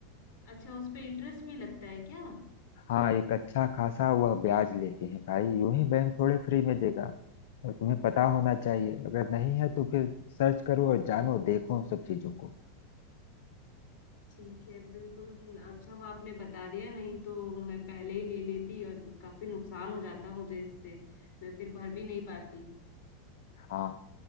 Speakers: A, on the left; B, on the left.
A: अच्छा उस पे इंटरेस्ट भी लगता है क्या
B: हाँ एक अच्छा खासा वह ब्याज लेते हैं भाई यूं ही बैंक थोड़े फ्री में देगा और तुम्हें पता होना चाहिए अगर नहीं है तो फिर सर्च करो और जानो देखो उन सब चीजों को
A: ठीक है बिल्कुल अच्छा वो आपने बता दिया नहीं तो मैं पहले ही ले लेती और काफी नुकसान हो जाता मुझे इससे मैं फिर भर भी नहीं पाती
B: हाँ